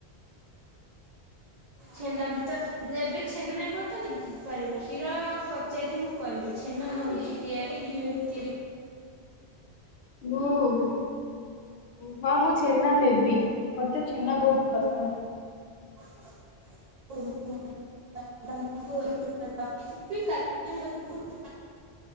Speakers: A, on the right (about 55°); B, on the left (about 80°).
A: ଛେନା ବି ତ ଏବେ ଛେନା ନେବ ତ ନିଜ ନେଇ ପାରିବେ। କ୍ଷୀର ପଚାରି ମୁଁ କିହିବି। ଛେନା ହଉଛି ତିଆରି ଘିଅ ବି ତିଆରି।
B: ମୁଁ ହଁ ମୁଁ ଛେନା ନେବି ମତେ ଛେନା ବହୁତ ପସନ୍ଦ।
A: ମ <unintelligible>